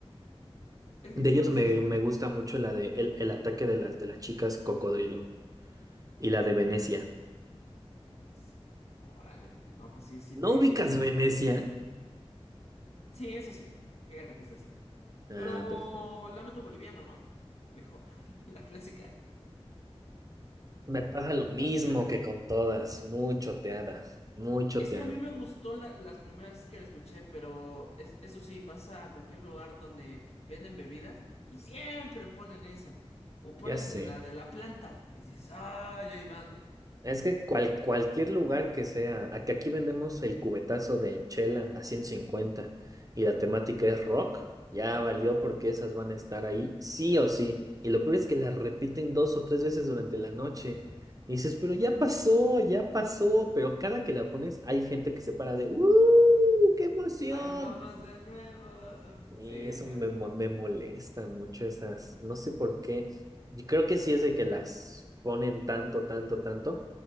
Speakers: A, on the left; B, on the right.
A: Es que
B: De
A: te
B: ellos
A: digo, o
B: me,
A: sea, es... cu-
B: me gusta mucho la de el, el ataque de las, de las chicas cocodrilo y la de Venecia.
A: Venecia. Órale. No, pues sí, sí
B: ¿No
A: te...
B: ubicas Venecia?
A: Sí, es así. Fíjate que es así.
B: Ah,
A: Pero
B: perfecto.
A: lamento boliviano, ¿no? Mejor. <laughs> La clásica
B: Me pasa
A: de Nanitos
B: lo mismo
A: Verde.
B: que con todas, muy choteada, muy choteada.
A: Es que a mí me gustó la- las primeras que la escuché, pero es- eso sí, vas a cualquier lugar donde venden bebidas y siempre ponen esa. O ponen
B: Ya sé.
A: la de la planta. Y dices, ¡ay, ahí van!
B: Es que cual- cualquier lugar que sea, a que aquí vendemos el cubetazo de chela a 150 y la temática es rock, ya valió porque esas van a estar ahí sí o sí. Y lo peor es que las repiten dos o tres veces durante la noche. Y dices, pero ya pasó, ya pasó. Pero cada que la pones hay gente que se para de, ¡Uh! ¡Qué emoción!
A: ¡Ahí vamos de nuevo!
B: Y
A: Sí,
B: eso
A: no,
B: me,
A: no,
B: mo-
A: no.
B: me molesta mucho esas, no sé por qué. Yo creo que sí es de que las ponen tanto, tanto, tanto,